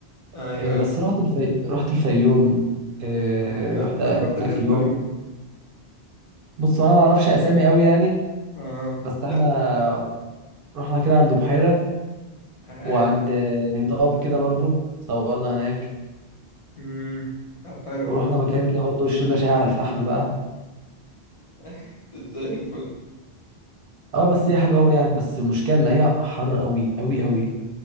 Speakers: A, on the left; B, on the right.
A: أيوه
B: آه، بس
A: أيوه
B: رحت الفي... رحت الفيوم آه،
A: طب بجد
B: رحت
A: طب
B: هناك
A: رحت فين في
B: يوم
A: العيون؟
B: بص أنا ما أعرفش أسامي أوي يعني
A: آه
B: بس
A: لا
B: إحنا رحنا كده عند بحيرة
A: آه.
B: وعند آه، هضاب كده برضو صورنا هناك
A: أمم. طب حلو
B: ورحنا
A: والله
B: مكان كده برضو شربنا شاي على الفحم بقى
A: <laughs> طب زي الفل
B: اه بس هي حلوه قوي يعني بس المشكله ان هي حر قوي قوي قوي